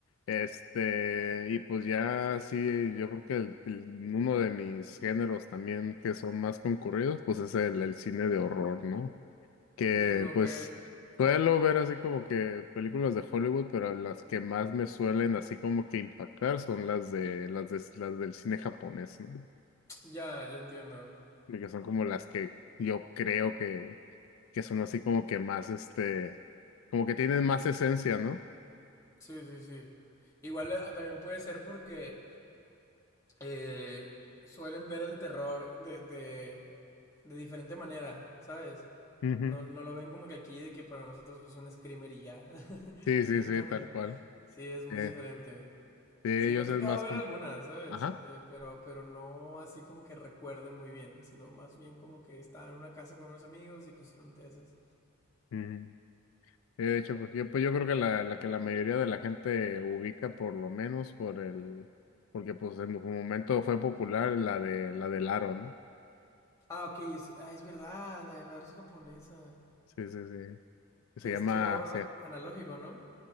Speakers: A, on the left; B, on the left.
A: Este, y pues ya sí, yo creo que el- el- uno de mis géneros también que son más concurridos, pues es el, el cine de horror, ¿no? Que
B: Mm, ok.
A: pues suelo ver así como que películas de Hollywood, pero las que más me suelen así como que impactar son las de las de las del cine japonés, ¿no?
B: Ya, ya entiendo.
A: de que son como las que yo creo que, que son así como que más, este, como que tienen más esencia, ¿no?
B: Sí, sí, sí. Igual eh, también puede ser porque eh, suelen ver el terror de, de, de diferente manera, ¿sabes?
A: Ujú,
B: No, no lo ven como que aquí, de que para nosotros pues un screamer y ya. <laughs>
A: Sí, sí,
B: Entonces,
A: sí, tal cual.
B: sí, es muy
A: Eh,
B: diferente.
A: de
B: Sí,
A: ellos
B: me ha tocado
A: es más
B: ver
A: como,
B: algunas, ¿sabes?
A: ajá.
B: Eh, pero, pero no así como que recuerde muy bien, sino más bien como que estaba en una casa con unos amigos y pusieron de esas.
A: ujú. Sí, de hecho, pues yo, pues yo creo que la, la que la mayoría de la gente ubica por lo menos por el, porque pues en un momento fue popular la de la del aro, ¿no?
B: Ah, ok, es, ah, es verdad, la de la japonesa.
A: Sí, sí, sí. Que
B: Que
A: se
B: es
A: llama,
B: terror
A: sí,
B: analógico, ¿no?